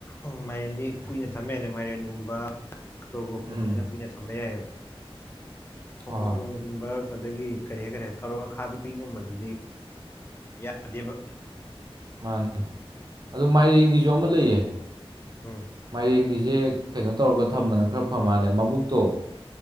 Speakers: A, on the left; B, on the right.
A: ꯎꯝ ꯃꯥꯏꯔꯦꯟꯗꯤ ꯀꯨꯏꯅ ꯊꯝꯕ ꯌꯥꯏꯗ ꯃꯥꯏꯔꯦꯟꯒꯨꯝꯕ ꯇꯣꯔꯕꯣꯛꯀꯨꯝꯕꯁꯤꯅ
B: ꯎꯝ
A: ꯀꯨꯏꯅ ꯊꯝꯕ ꯌꯥꯏꯑꯕ ꯈꯣꯡ
B: ꯍꯣꯏ ꯍꯣꯏ
A: ꯊꯣꯡꯒꯨꯝꯕ ꯑꯗꯒꯤ ꯀꯔꯤ ꯍꯥꯏꯇꯥꯔꯦ ꯀꯔꯣꯛ ꯑꯈꯥꯕꯤꯒꯨꯝꯕꯗꯨꯗꯤ ꯌꯥꯗꯦꯕ
B: ꯃꯥꯅꯦ ꯑꯣ ꯃꯥꯏꯔꯦꯟꯒꯤꯁꯨ ꯑꯃ ꯂꯩꯌꯦ
A: ꯍꯝ
B: ꯃꯔꯦꯡꯒꯤꯁꯦ ꯀꯩꯅꯣ ꯇꯧꯔꯒ ꯊꯝꯕꯅ ꯈꯔ ꯐꯝ ꯃꯥꯜꯂꯦ ꯃꯕꯨꯛꯇꯣ